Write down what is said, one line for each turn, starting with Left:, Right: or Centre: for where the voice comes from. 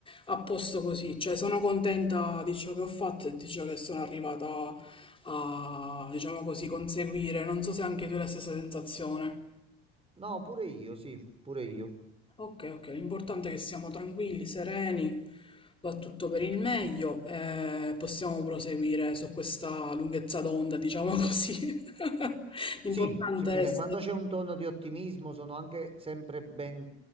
Left: a posto così. Cioè, sono contenta di ciò che ho fatto e di ciò che sono arrivata a, diciamo così, conseguire. Non so se anche tu hai la stessa sensazione.
Right: No, pure io, sì, pure io.
Left: Ok, ok, l'importante è che siamo tranquilli, sereni, va tutto per il meglio e possiamo proseguire su questa lunghezza d'onda, diciamo così. <laughs> L'importante
Right: Sì, sì, fino
Left: è essere...
Right: a quando c'è un tono di ottimismo sono anche sempre ben